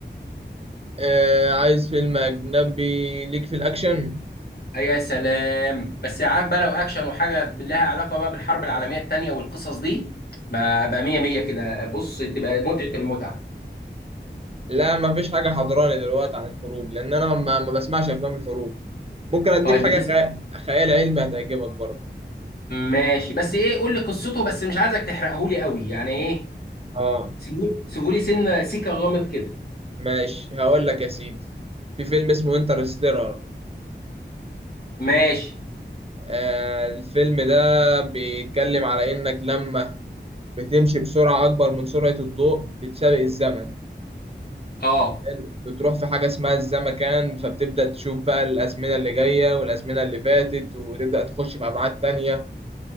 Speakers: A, on the right (about 35°); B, on the left (about 55°).
A: آه، عايز فيلم اجنبي ليك في الاكشن
B: أي يا سلام بس عارف بقى لو اكشن وحاجه لها علاقه بقى بالحرب العالميه الثانيه والقصص دي ما ابقى مية مية كده بص تبقى متعه المتعه
A: لا مفيش حاجة حضراني دلوقتي عن الحروب لأن أنا ما, ما بسمعش أفلام الحروب ممكن أديك
B: طيب بتس
A: حاجة خ... خيال علمي هتعجبك برضه
B: ماشي بس ايه قول لي قصته بس مش عايزك تحرقه لي قوي يعني ايه
A: آه
B: سيبوا سيبوا لي سنه سيكه غامض كده
A: ماشي هقول لك يا سيدي في فيلم اسمه انترستيلر
B: ماشي
A: آه الفيلم ده بيتكلم على إنك لما بتمشي بسرعة أكبر من سرعة الضوء بتسابق الزمن
B: اه
A: حلو. بتروح في حاجة اسمها الزمكان فبتبدأ تشوف بقى الأزمنة اللي جاية والأزمنة اللي فاتت وتبدأ تخش في أبعاد تانية